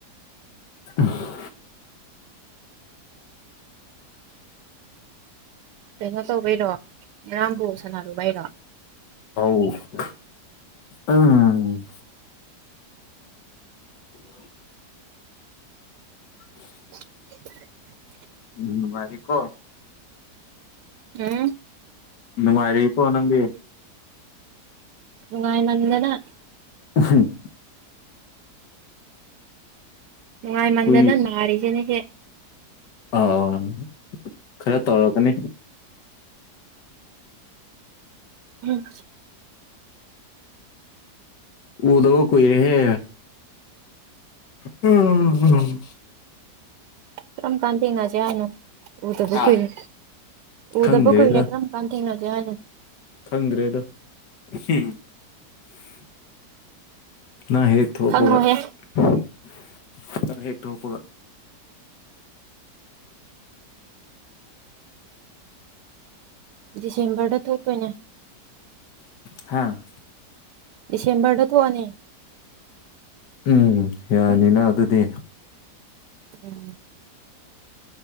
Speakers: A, on the left (about 85°); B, on the right (about 80°).
A: ꯎ <inaudible>
B: ꯀꯩꯅꯣ ꯇꯧꯕꯩꯔꯣ ꯉꯔꯥꯡ ꯕꯣꯜ ꯁꯥꯟꯅꯔꯨꯕꯩꯔꯣ
A: <unintelligible> ꯎꯝ <inaudible> <inaudible>
B: <inaudible>
A: ꯎꯝ ꯅꯨꯡꯉꯥꯏꯔꯦ ꯀꯣ
B: ꯎꯝ
A: ꯅꯨꯡꯉꯥꯏꯔꯦꯀꯣ ꯅꯪꯗꯤ
B: ꯅꯨꯡꯉꯥꯏ ꯃꯟꯗꯅ
A: <unintelligible>
B: ꯅꯨꯡꯉꯥꯏꯃꯟꯗꯅ
A: ꯀꯨꯏ
B: ꯅꯥꯔꯤꯁꯤꯅꯦ ꯁꯦ
A: ꯑꯥꯎ ꯈꯔ ꯇꯧꯔꯛꯀꯅꯤ
B: ꯎꯝ
A: ꯎꯗꯕ ꯀꯨꯏꯔꯦꯍꯦ ꯎꯝ ꯎꯝ
B: ꯀꯔꯝ ꯀꯥꯟ ꯊꯦꯡꯅꯁꯦ ꯍꯥꯏꯅꯣ ꯎꯗꯕ
A: ꯍꯥ
B: ꯀꯨꯏꯔꯦ ꯎꯗꯕ
A: ꯈꯪꯗ꯭ꯔꯦꯗ
B: ꯀꯨꯏꯔꯦ ꯀꯔꯝ ꯀꯥꯟ ꯊꯦꯡꯉꯖꯦ ꯍꯥꯏꯅꯣ
A: ꯈꯪꯗ꯭ꯔꯦꯗ <unintelligible> ꯅꯪ ꯍꯦꯛ ꯊꯣꯛꯄꯒ
B: ꯈꯪꯉꯣꯍꯦ
A: ꯈꯤꯇꯪ ꯍꯦꯛ ꯊꯣꯛꯄꯒ
B: ꯗꯤꯁꯦꯝꯕꯔꯗ ꯊꯣꯛꯇꯣꯏꯅꯦ
A: ꯍꯥꯥ
B: ꯗꯤꯁꯦꯝꯕꯔꯗ ꯊꯣꯛꯑꯅꯤ
A: ꯎꯝ ꯌꯥꯅꯤꯅ ꯑꯗꯨꯗꯤ
B: ꯎꯝ